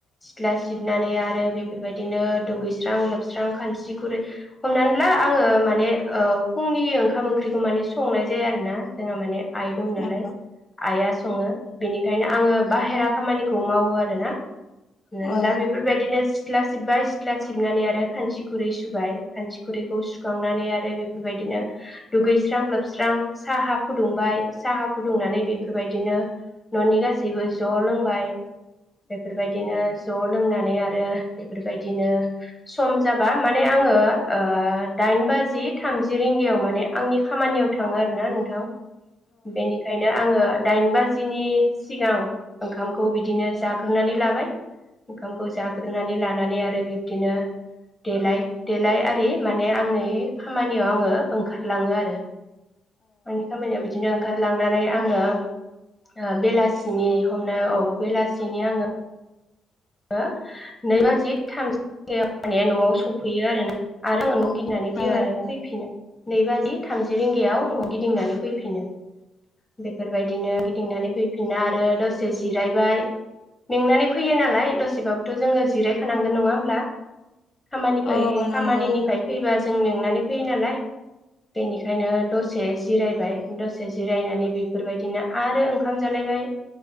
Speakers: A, on the left (about 15°); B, on the left (about 45°).
A: सिख्ला सिबनानै आरो बेफोरबायदिनो दुगैस्रां लोबस्रां खानस्रि खुरै हमनानै ला आङो माने ओ फुंनि ओंखार ओंखाम ओंख्रिखौ माने संनाय जायो आरोना जोंहा माने आइ दं नालाय
B: औ
A: आइआ सङो बेनिखायनो आङो बाहेरा खामानिखौ मावो आरोना नों
B: औ औ
A: दा बेफोरबायदिनो सिथ्ला सिबबाय सिथ्ला सिबनानै आरो खान्सि खुरै सुबाय खा खुरैखौ सुखांनानै आरो बेबायदिनो दुगैस्रां लोबस्रां साहा फुदुंबाय साहा फुदुंनानै बेफोरबायदिनो न'नि गासैबो ज' लोंबाय बेफोरबायदिनो ज' लोंनानै आरो बेफोरबायदिनो सम जाबा माने आङो ओ दाइन बाजि थामजि रिंगायाव माने आंनि खामानियाव थाङो आरोना नोंथां बेनिखायनो आङो दाइन बाजिनि सिगां ओंखामखौ बिदिनो जाग्रोनानै लाबाय ओंखामखौ जाग्रोनानै लानानै आरो बिब्दिनो देलाय देलाय आरि माने आंनि खामानियाव आङो ओंखार लांओ आरो आंनि खामानिया बिदिनो ओंखारलांनानै आङो ओ बेलासिनि हमना औ बेलासिनि आङो ओ नै बाजि थामजि माने न'आव सफैयो आरोना आरो मोनबाव गि फैनानै फैयो
B: औ
A: आरो
B: औ
A: फैफिनो नै बाजि थामजि रिंगायाव न'आव गिदिंनानै फैफिनो बेफोरबायदिनो गिदिंनानै फैफिनना आरो दसे जिरायबाय मेंनानै फैयो नालाय दसेबाबोथ' जोङो जिरायखानांगोन नङा होमब्ला खामानिफ्राय
B: औ नंगौ
A: खामानिनिफ्राय फैबा जों मेंनानै फैयो नालाय बेनिखायनो दसे जिरायबाय दसे जिरायनानै बेफोरबायदिनो आरो ओंखाम जालायबाय